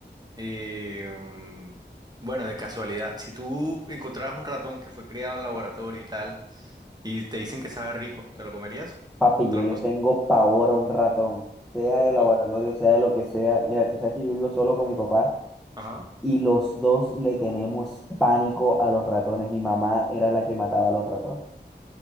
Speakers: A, on the right; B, in the centre.
A: Eh, mm, bueno, de casualidad, si tú encontraras un ratón que fue criado en laboratorio y tal, y te dicen que sabe rico, ¿te lo comerías?
B: Papi,
A: Te
B: yo
A: lo
B: le
A: cos-
B: tengo pavor a un ratón, sea de laboratorio,
A: oh,
B: sea de lo que sea. Mira, tú sabes que yo vivo solo con mi papá.
A: ajá.
B: Y los dos le tenemos pánico a los ratones. Mi mamá era la que mataba a los ratones.